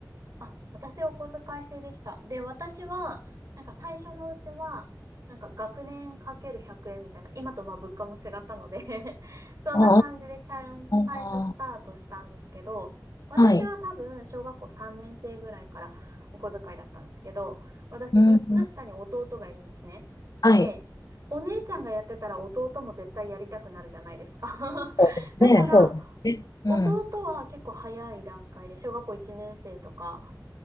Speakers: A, on the right; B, on the left.
A: あ、私お小遣い制でした。で、私は、なんか最初のうちは、なんか学年かける100円みたいな、今とまあ物価も違ったので <laughs> そんな感じでちゃん、
B: あ
A: 最初スタートしたんですけど、
B: あ、
A: 私は多分小学校3年生ぐらいからお小遣いだったんですけど、
B: はい。
A: 私3つ下に弟がいるんですね。
B: うん。うんはい。
A: で、お姉ちゃんがやってたら弟も絶対やりたくなるじゃないですか <laughs>
B: そうですね。
A: だから、
B: そうですね。
A: 弟は結構早い段階で、
B: うん。
A: 小学校1年生とか